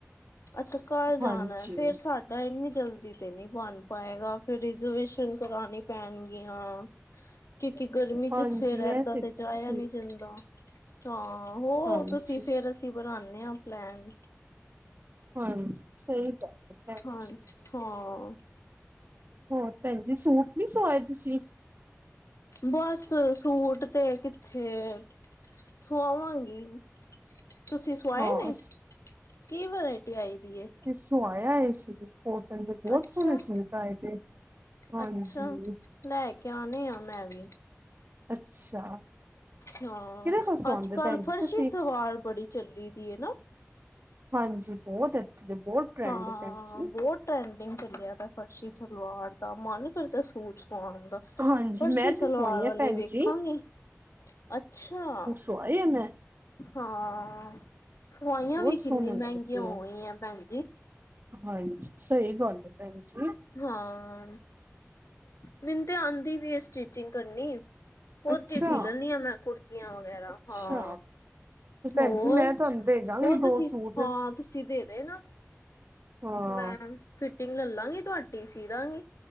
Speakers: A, on the left (about 70°); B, on the right (about 45°).
A: ਅੱਛਾ। ਘਰ
B: ਹਾਂਜੀ
A: ਜਾਣਾ ਫੇਰ ਸਾਡੇ। ਡ ਜਲਦੀ ਤੇ ਨਹੀ ਬਣ ਪਾਏਗਾ ਫਿਰ ਰਿਜਰਵੇਸ਼ਨ ਕਰਾਣੀ। ਪੈਣਗੀਆਂ ਕਿਉਕਿ ਗਰਮੀ ਚ
B: ਹਾਂਜੀ
A: ਫਿਰ
B: ਇਹ
A: ਏਦਾਂ
B: ਗੱਲ
A: ਤੇ ਜਾਇਆ
B: ਸਹੀ
A: ਨਹੀ ਜਾਂਦਾ ਹਾਂ ਹੋ
B: ਹਾਂਜੀ
A: ਤੁਸੀਂ ਫਰ ਅਸੀਂ ਬਣਾਉਦੇ ਹਾਂ ਪਲੈਨ।
B: ਹਾਂਜੀ ਸਹੀ ਤਾਂ ਭੈਣ
A: ਹਾਂ-ਹਾਂ।
B: ਹੈ। ਜੀ ਹੋਰ ਭੈਣਜੀ ਸੂਟ ਨੀ ਸੁਵਾਏ ਤੁਸੀਂ?
A: ਬਸ ਸੂਟ ਤੇ ਕਿੱਥੇ ਸੁਆਵਾਂਗੀ। ਤੁਸੀਂ ਸੁਵਾਏ
B: ਹਾਂ
A: ਨੇ ਕੀ ਵਰਾਇਟੀ ਆਈ ਦੀਏ?
B: ਸੁਵਾਇਆ ਏ ਸੀ। ਕੋਟਨ ਦੇ ਬਹੁਤ
A: ਅੱਛਾ
B: ਸੋਹਣੇ ਸੂਟ ਪਾਏ ਤੇ ਹਾਂਜੀ।
A: ਅੱਛਾ ਲੈ ਕੇ ਆਉਣੇ ਆ ਮੈਂ ਵੀ।
B: ਅੱਛਾ!
A: ਹਾਂ
B: ਕਿਹਦੇ ਕੋਲ ਸਵਾਉਂਦੇ
A: ਅੱਜ-ਕੱਲ
B: ਭੈਣ ਜੀ
A: ਫਰਸ਼ੀ
B: ਤੁਸੀਂ
A: ਸਵਾਰ ਬੜੀ ਚੱਲੀ ਦੀ ਐ ਨਾ?
B: ਹਾਂਜੀ ਬਹੁਤ ਇੱਥੇ ਦੇ ਬਹੁਤ ਟਰੈਂਡ
A: ਹਾਂ
B: ਏ ਭੈਣ ਜੀ
A: ਬੌਤ ਟਰੈਂਡਿੰਗ ਚੱਲਿਆ ਤਾ। ਪਰਸ਼ੀ-ਸਲਵਾਰ ਦਾ ਮਨ ਕਰਦਾ ਸੂਟ ਸਵਾਉਣ ਦਾ।
B: ਹਾਂਜੀ
A: ਪਰਸ਼ੀ-ਸਲਵਾਰ
B: ਮੈਂ ਤੇ ਸਵਾਈ ਆ
A: ਲਈ
B: ਭੈਣ
A: ਵੇਖਾਂਗੇ
B: ਜੀ
A: ਅੱਛਾ!
B: ਸਵਾਈਆ ਮੈਂ।
A: ਹਾਂ ਸਵਾਈਆਂ
B: ਬਹੁਤ
A: ਵੀ
B: ਸੋਹਣੇ
A: ਕਿੰਨੀ ਮਹਿੰਗੀਆਂ
B: ਲੱਗਦੇ
A: ਹੋਈਆਂ
B: ਆ
A: ਭੈਣ ਜੀ।
B: ਹਾਂਜੀ, ਸਹੀ ਗੱਲ ਹੈ ਭੈਣ ਜੀ।
A: ਹਾਂ ਮੈਨੂੰ ਤੇ ਆਦੀਂ ਵੀ ਐ ਸਟਿਚਿੰਗ ਕਰਨੀ। ਖੁੱਦ
B: ਅੱਛਾ
A: ਈ ਸੀ ਲੈਂਨੀ ਆਂ ਮੈਂ ਕੁੜਤੀਆਂ ਵਗੈਰਾ,
B: ਅੱਛਾ
A: ਹਾਂ।
B: ਤੇ ਭੈਣ
A: ਹੋਰ
B: ਜੀ ਮੈਂ ਤੁਹਾਨੂੰ ਦੇ ਜਾਗੀ
A: ਖੁਦਸੀ
B: ਦੋ ਸੂਟ
A: ਹਾਂ ਤੁਸੀਂ ਦੇ ਦੇਨਾ।
B: ਹਾਂ
A: ਮੈਂ ਫਿਟਿੰਗ ਲੈਲਾਂਗੀ ਤੁਹਾਡੀ ਸੀ ਦਾਂਗੀ।